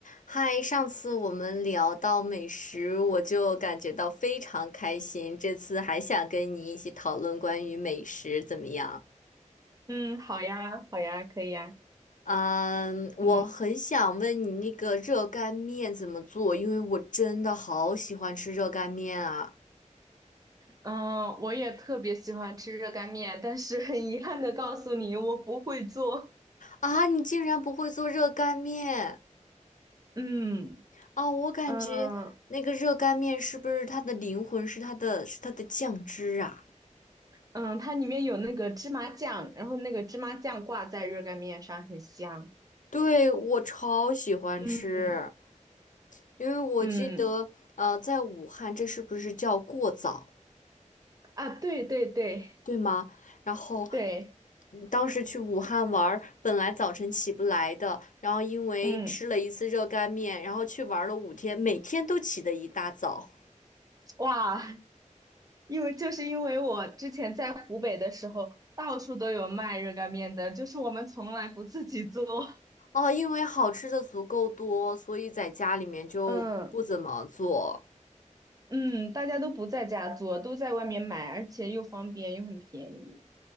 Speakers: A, on the left; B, on the right.
A: 嗨，上次我们聊到美食，我就感觉到非常开心。这次还想跟你一起讨论关于美食，怎么样？
B: 嗯，好呀，好呀，可以呀。
A: 嗯，我很想问你那个热干面怎么做，
B: 嗯
A: 因为我真的好喜欢吃热干面啊！
B: 嗯，呃我也特别喜欢吃热干面，但是很遗憾的告诉你，我不会做。
A: 啊，你竟然不会做热干面？
B: 嗯
A: 哦，我感觉那个热干面是不是它的灵魂是它的是它的酱汁啊？
B: 嗯嗯，它里面有那个芝麻酱，然后那个芝麻酱挂在热干面上，很香。
A: 对，我超喜欢吃。
B: 嗯
A: 因为我记得，
B: 嗯
A: 呃，在武汉，这是不是叫过早，
B: 啊，对对对
A: 对吗？然后
B: 对，
A: 嗯当时去武汉玩儿，本来早晨起不来的，然后因为吃了一次热干面，
B: 嗯
A: 然后去玩了五天，每天都起得一大早。
B: 哇，因为就是因为我之前在湖北的时候，到处都有卖热干面的，就是我们从来不自己做。
A: 哦，因为好吃的足够多，所以在家里面就不怎么做。
B: <laughs> 嗯嗯，大家都不在家做，都在外面买，而且又方便又很便宜。